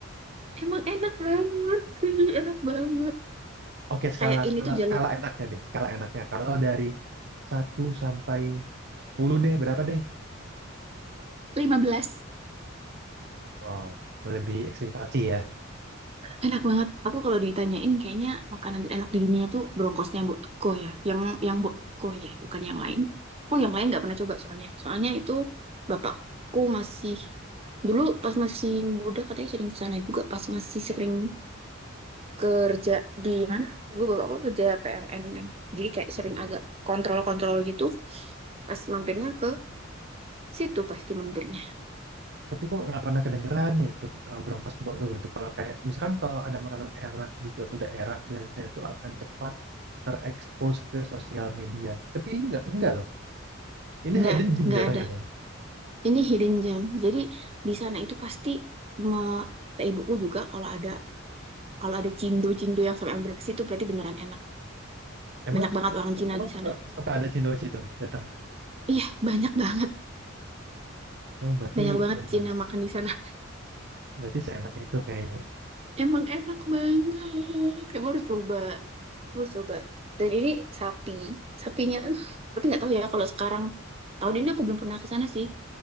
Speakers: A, on the right (about 30°); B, on the right (about 55°).
A: emang enak banget enak banget
B: Oke skala
A: kayak ini
B: skala
A: tuh jalur
B: skala enaknya deh, skala enaknya. Kalau dari satu sampai 10 deh, berapa deh?
A: 15.
B: Wow, lebih ekspektasi ya.
A: Enak banget. Aku kalau ditanyain kayaknya makanan enak di dunia tuh bronkosnya Mbok Eko ya. Yang yang Mbok Eko ya, bukan yang lain. Aku yang lain nggak pernah coba soalnya. Soalnya itu bapakku masih dulu pas masih muda katanya sering ke sana juga pas masih sering kerja di mana? Dulu bapakku kerja PLN kan. Jadi kayak
B: Mhm.
A: sering agak kontrol-kontrol gitu. Pas mampirnya ke situ pasti mampirnya.
B: Tapi kok nggak pernah kedengeran ya itu eh, Broncos buat tuh gitu. Kalau kayak misalkan kalau ada makanan enak di suatu daerah biasanya itu akan cepat terekspos ke sosial media. Tapi ini nggak enggak loh. Ini
A: Nggak
B: hidden gem
A: nggak
B: jatuhnya
A: ada
B: Bang.
A: Ini hidden gem. Jadi di sana itu pasti me- kata ibuku juga kalau ada kalau ada cindo-cindo yang sampai ambrek itu berarti beneran enak.
B: Emang
A: Banyak banget
B: emang
A: orang
B: suka-
A: Cina
B: emang
A: di
B: suka
A: sana.
B: suka ada cindo di situ datang.
A: Iya, banyak <laughs> banget.
B: Oh, berarti
A: Banyak banget
B: benar.
A: Cina makan di sana.
B: Berarti seenak itu kayaknya.
A: <laughs> Emang enak banget. Kamu harus coba. Kamu harus coba. Dan ini sapi. Sapinya uh, tapi nggak tahu ya kalau sekarang tahun ini aku belum pernah ke sana sih.